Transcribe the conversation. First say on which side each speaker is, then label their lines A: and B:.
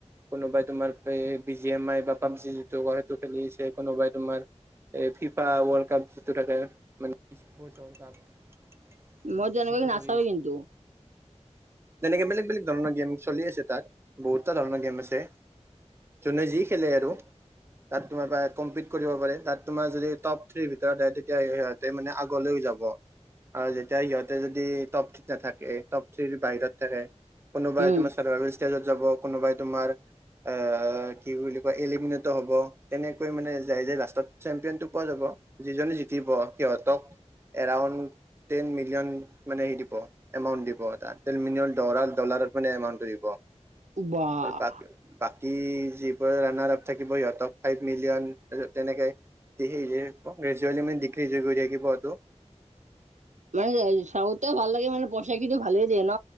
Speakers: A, on the right; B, on the right.
A: কোনোবাই তোমাৰ এই বি জি এম আই বা পাবজি যিটো ক সেইটো খেলি আছে, কোনোবাই তোমাৰ এই ফিফা ৱৰ্ল্ড কাপ যিটো থাকে মানে <unintelligible>
B: মই তেনেকুৱাকে
A: এইটো
B: নাচাওৱে
A: কৰি
B: কিন্তু
A: তেনেকে বেলেগ বেলেগ ধৰণৰ গেম চলি আছে তাত, বহুতো ধৰণৰ গেম আছে। যোনে যি খেলে আৰু, তাত তোমাৰ বা কম্পিট কৰিব পাৰে, তাত তোমাৰ যদি টপ থ্ৰিৰ ভিতৰত আহ তেতিয়া সিহঁতে মানে আগলৈও যাব। আৰু যেতিয়া সিহঁতে যদি টপ থ্ৰী নাথাকে টপ থ্ৰী বাহিৰত থাকে। কোনোবাই
B: উম
A: তোমাৰ চাৰভেল ষ্টেজত যাব কোনোবাই তোমাৰ- অ কি বুলি কয় এলেিমিনেট হ'ব তেনেকৈ মানে যাই য লাষ্টত চেম্পনটো- পোৱা যাব যিজননে জতিব সিহঁতক এৰাউণ্ড- টেন মিলিয়ন মানে সেই দিব। এমাউণ্ট দিব এটা টেন মিলিয়ন ডলাৰ ডলাৰত মানে একাউণ্টটো দিব
B: বাহ
A: আৰু বাক- বাকী যিবোৰ ৰানাৰ আপ থাকিব সিহঁতক ফাইভ মিলিয়ন তাৰপিছত তেনেকে- সেইহে ইয়ৰ গ্ৰেজুৱেলি মানে ডিগ্ৰী কৰি থাকিব সেইটো।
B: মানে চাউথ ভাল লাগে মান পইচা কিন্তু ভালে দিয়ে ন।